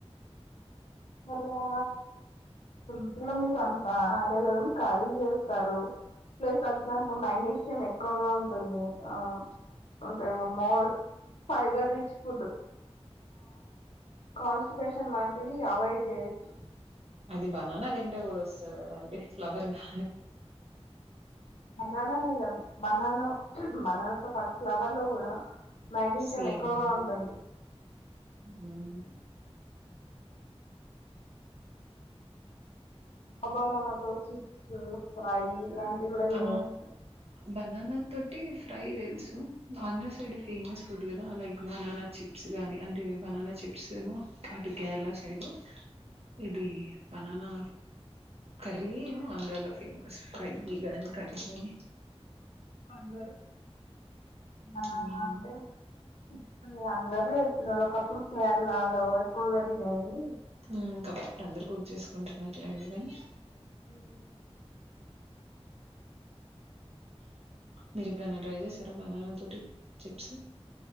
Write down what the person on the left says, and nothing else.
గా సంత అంత ఐడియా లేదని కఖర్రీ చేస్తారు ప్లస్ అ దాంట్లో మ్యాగ్నీషియం ఎక్కువగా ఉంటుంది ఆ ఉంటాయిమో మో ఫైబర్ రిచ్ ఫుడ్ కాన్స్టిబేషన్ లాంటివి అవాయిడ్ చేయొచ్చు
బనానానే కాదు బనాను బనానా తో పాటు ఫ్లవర్ లో కూడా మ్యాగ్నీషియం
ఎక్కువగా ఉంటుంది
ఆ బనానాతోచ్చి స ప్రై ఇలాంటి వి కూడా చేయచ్చు
అందరు బననా
అంటే చి అందరు చేస్తున్నారు ఒకప్పుడు కేరళలో ఎక్కువగా తినది
హ్మ్